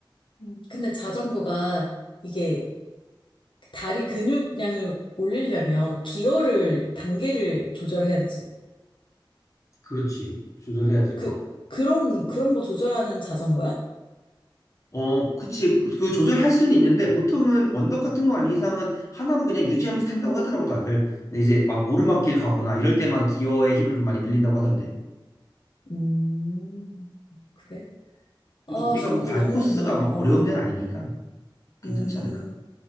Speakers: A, on the left; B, on the left.
A: 음, 근데 자전거가 이게 다리 근육량을 올리려면 기어를, 단계를 조절해야 되지.
B: 그렇지 조절해야지
A: 그,
B: 그럼
A: 그런, 그런 거 조절하는 자전거야?
B: 어, 그치. 그 조절할 수는 있는데 보통은 언덕 같은 거 아닌 이상은 하나로 그냥 유지하면서 탄다고 하더라고 다들. 근데 이제 막 오르막길 가거나 이럴 때만 기어의 힘을 좀 많이 빌린다고 하던데.
A: 음, 그래? 아,
B: 근데 우리가
A: 정보
B: 뭐 갈
A: 너무
B: 코스가
A: 고마워.
B: 막
A: 어,
B: 어려운 데는
A: 어.
B: 아니니까 괜찮지
A: 음.
B: 않을까?